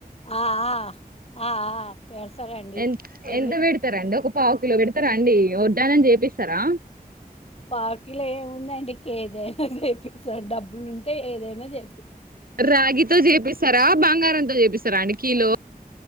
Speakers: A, on the left (about 40°); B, on the right (about 65°).
A: ఆ ఆ ఆ ఆపెడతారండి
B: ఎ
A: పెళ్ళి
B: ఎంత పెడతారండి ఒక పావు కిలో పెడతారా అండి వడ్డాణం చేపిస్తారా
A: పావుకిలో ఏముందండి కేజీ అయినా చేపిస్తాం డబ్బులు ఉంటే ఏదైనా చే
B: రాగి తో చేపిస్తారా బంగారంతో చేపిస్తారా అండి కిలో